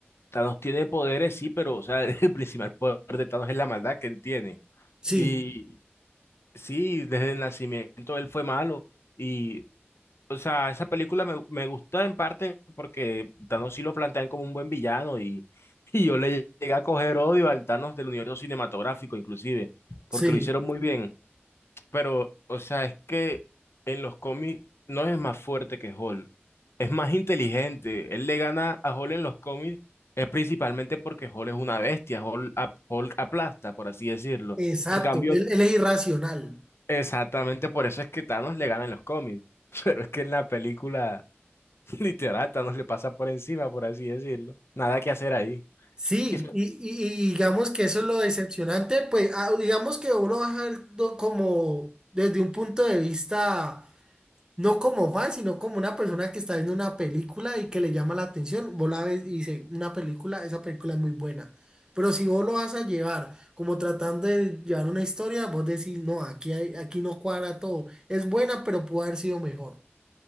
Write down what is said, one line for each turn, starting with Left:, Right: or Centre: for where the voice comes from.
Left: Thanos tiene poderes, sí, pero, o sea, <laughs> el principal poder de Thanos es la maldad que él tiene.
Right: Sí,
Left: Y sí, desde el nacimiento él fue malo. Y, o sea, esa película me, me gustó en parte porque Thanos sí lo plantean como un buen villano y, <laughs> y yo le llegué a coger odio al Thanos del universo cinematográfico, inclusive, porque
Right: sí,
Left: lo hicieron muy bien. Pero, o sea, es que en los cómics no es más fuerte que Hulk, es más inteligente. Él le gana a Hulk en los cómics, es principalmente porque Hulk es una bestia, Hulk, ap- Hulk aplasta, por así decirlo.
Right: exacto.
Left: En cambio,
Right: Él, él es irracional.
Left: Exactamente por eso es que Thanos le gana en los cómics. <laughs> Pero es que en la película, <laughs> literal, Thanos le pasa por encima, por así decirlo. Nada que hacer ahí.
Right: Sí,
Left: Y eso-
Right: y, y- y digamos que eso es lo decepcionante, pues ah, digamos que uno va a ver do- como desde un punto de vista No como Juan, sino como una persona que está viendo una película y que le llama la atención. Vos la ves y dice, una película, esa película es muy buena. Pero si vos lo vas a llevar como tratando de llevar una historia, vos decís, no, aquí hay, aquí no cuadra todo. Es buena, pero pudo haber sido mejor.